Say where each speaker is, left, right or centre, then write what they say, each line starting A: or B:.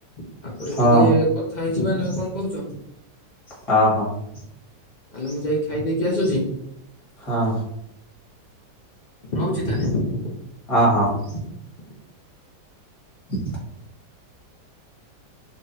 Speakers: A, on the left; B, on the left.
A: ତାପରେ
B: ହଁ
A: ଟିକେ କଥ ଥାଇ ଜିବା ନାଁ କଣ କହୁଚ?
B: ହଁ ହଁ
A: ତାଲେ ମୁଁ ଯାଇ ଖାଇ ଦେଇକି ଆସୁଛି।
B: ହଁ
A: ରଉଚି ତାଲେ।
B: ହଁ ହଁ।
A: <inaudible>
B: <inaudible>